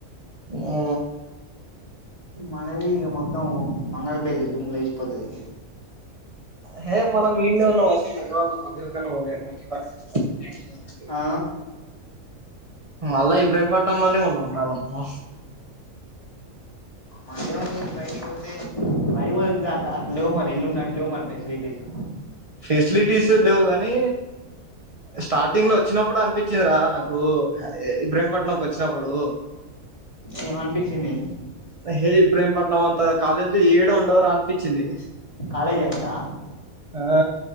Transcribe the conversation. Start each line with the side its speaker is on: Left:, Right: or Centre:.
Right: ఆ
Left: మనది ఇక మొత్తం బంగళపల్లి దుమ్ము లేసిపోతది
Right: హ మన వి ఇండిన్నా వసవా మాత్రకన పో మంచి <unintelligible>
Left: ఆ
Right: మళ్ళా ఇబ్రేంపట్న లోనే ఉన్నాం రా మనము
Left: మంచిగానే ఉంటది కానీ బయటి పోతే బయటికి పోతే అట్ల అట్లా లేవు మరి ఇల్లు ఉన్నట్టు లేవు మరి ఫెసిలిటీస్
Right: ఫెసిలిటీస్ లేవుగాని స్టార్టింగ్ లో వచ్చినప్పుడు అనిపించిందిరా నాకు ఇబ్రహీంపట్నంకి వచ్చినప్పుడు
Left: ఏం అనిపించింది
Right: హే ఇబ్రేంపట్నం అంతా కాలేజ్ లో ఏడ ఉండవురా అనిపించింది
Left: కాలేజ్ తెల్సా
Right: ఆ